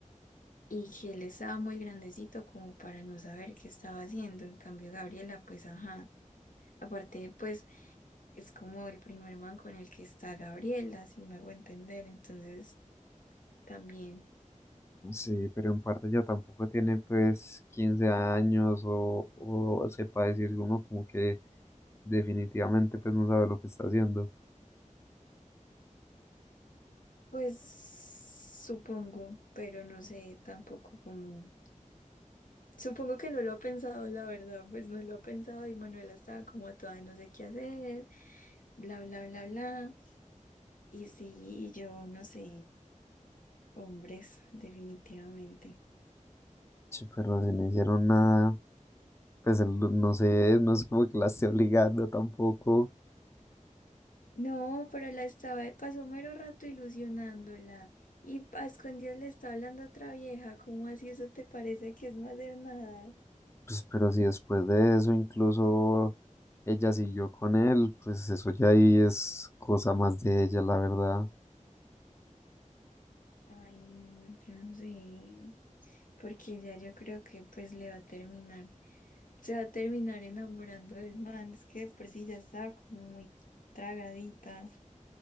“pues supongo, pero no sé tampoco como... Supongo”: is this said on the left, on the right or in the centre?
Left